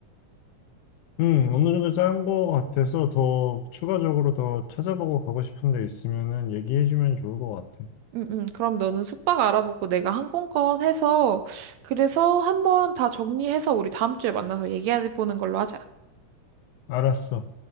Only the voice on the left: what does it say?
음, 어느 정도 짠 거 같아서 더 추가적으로 더 찾아보고 가고 싶은 데 있으면은 얘기해주면 좋을 것 같아.
알았어.